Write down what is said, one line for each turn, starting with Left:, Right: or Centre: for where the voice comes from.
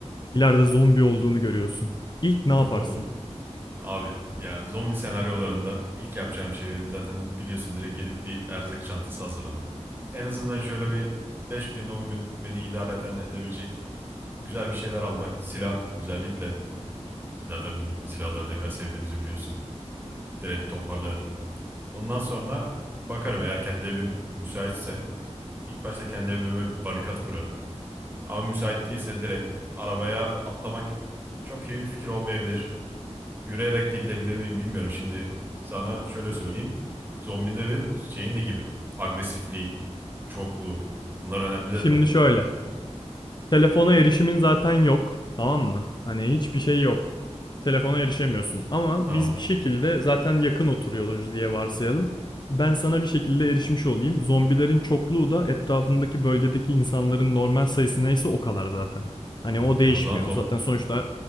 Left: ileride zombi olduğunu görüyorsun. İlk ne
Right: <laughs>
Left: yaparsın?
Right: Abi ya zombi senaryolarında ilk yapacağım şey benim zaten biliyorsun direkt gidip bir erzak çantası hazırlamak. En azından şöyle bir 5 gün 10 gün beni idare eden edebilecek güzel bir şeyler almak. Silah özellikle. Zaten bizim silahları ne kadar sevdiğimizi biliyorsun. Direkt toparlarım. Ondan sonra bakarım eğer kendi evim müsaitse. ilk başta kendi evime bir barikat kurarım. Ama müsait değilse direkt arabaya atlamak çok iyi bir fikir olmayabilir. Yürüyerek de gidebilir miyim bilmiyorum. Şimdi sana şöyle söyleyeyim. Zombilerin şeyi ne gibi? Agresifliği, çokluğu. Bunlar önemli detaylar.
Left: Şimdi şöyle. Telefona erişimin zaten yok. Tamam mı? Hani hiçbir şey yok. Telefona erişemiyorsun. Ama
Right: Tamam.
Left: biz bir şekilde zaten yakın oturuyoruz diye varsayalım. Ben sana bir şekilde erişmiş olayım. Zombilerin çokluğu da etrafındaki bölgedeki insanların normal sayısı neyse o kadar zaten. Hani o
Right: Okey,
Left: değişmiyor.
Right: o zaman zombi,
Left: Zaten sonuçta